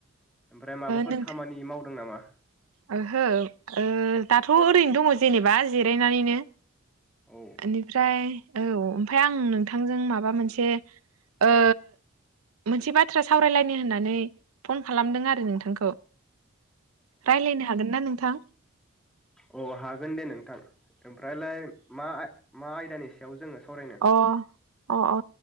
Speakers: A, in the centre; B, on the right.
A: ओमफ्राय माबाफोर
B: नोंथा
A: खामानि मावदों नामा?
B: ओहो ओ दाथ' ओरैनो दङ जेनेबा जिरायनानैनो।
A: औ
B: एनिफ्राय औ ओमफफ्राय आं नोंथांजों माबा मोनसे ओ मोनसे बाथ्रा सावरायलायनो होननानै फन खालामदों आरो नोंथांखौ। रायज्लायनो हागोन ना नोंथां?
A: अ हागोन दे नोंथां ओमफ्रायलाय मा आ मा आयदानि सायाव जोङो सावरायनो
B: अ अ अ